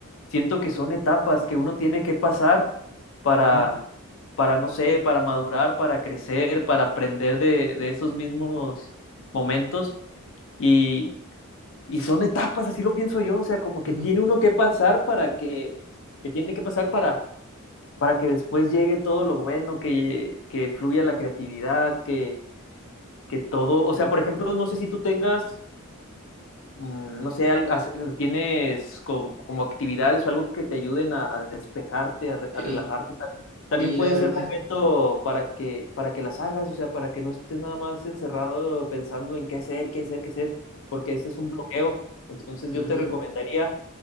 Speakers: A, on the left; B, on the right.
A: siento que son etapas que uno tiene que pasar para,
B: ujú,
A: para no sé, para madurar, para crecer, para aprender de, de esos mismos momentos y, y son etapas, así lo pienso yo. O sea, como que
B: ujú.
A: tiene uno que pasar para que, que tiene que pasar para para que después llegue todo lo bueno, que, que fluya la creatividad, que, que todo, o sea, por ejemplo, no sé si tú tengas, mm, no sé, algo, as- tienes co- como, actividades o algo que te ayuden a, a despejarte, a, re-
B: Sí,
A: a relajarte. Ta- También
B: sí,
A: puede
B: la verdad.
A: ser momento para que, para que las hagas, o sea, para que no estés nada más encerrado pensando en qué hacer, qué hacer, qué hacer, porque ese es un bloqueo. Entonces
B: Sí.
A: yo
B: ujú.
A: te recomendaría,